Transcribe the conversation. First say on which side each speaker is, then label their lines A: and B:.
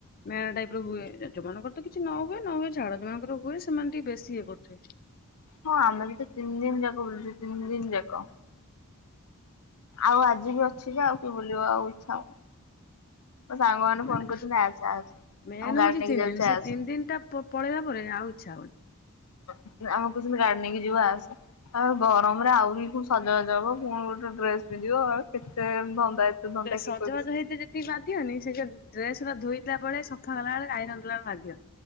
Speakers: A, on the left; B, on the left.
A: ମେଳା ଟାଇପ ର ହୁଏ ଯୋଉମାନଙ୍କର ତ କିଛି ନ ହୁଏ ନ ହୁଏ ଝାଡ ଯୋଉମାଙ୍କର ହୁଏ ସେମାନେ ଟିକେ ବେଶୀ ଇଏ କରୁଥିବେ।
B: ହଁ ଆମେ ବି ତ ତିନି ଦିନ ଯାକ ବୁଲୁଛୁ ତିନି ଦିନ ଯାକ। ଆଉ ଆଜି ବି ଅଛି ଯେ ଆଉ କି ବୁଲିବା ଆଉ ଇଚ୍ଛା ହଉନି। ମୋ ସାଙ୍ଗମାନେ
A: ମାନେ
B: ଫୋନ କରୁଛନ୍ତି ଆସେ ଆସେ।
A: ମେନ୍
B: ଆମ ଗାଡି
A: ହଉଛି
B: ନେଇକି
A: ତିନି
B: ଯାଉଛେ
A: ଦିନ ସେ
B: ଆସେ
A: ତିନି ଦିନ ଟା ପଳେଇବା ପରେ ଆଉ ଇଚ୍ଛା ହଉଛି।
B: ଆମକୁ କହୁଛନ୍ତି ଗାଡ଼ି ନେଇକି ଯିବ ଆସେ। ଆଉ ଗରମ ରେ ଆହୁରି କି ସଜବାଜ ହବ ପୁଣି ଗୋଟେ ଡ୍ରେସ ପିନ୍ଧିବ ଆଉ। କେତେ ଧନ୍ଦା ଏତେ ଧନ୍ଦା
A: ସଜବାଜ
B: କିଏ କରିବ।
A: ହେଇତେ ସେ ବାଧିବନି ସେ ଡ୍ରେସଟା ଧୋଇଲା ବେଳେ ସଫକଲା ବେଳେ ଆଇରନ୍ ଦେଲା ବେଳେ ବାଧିବ।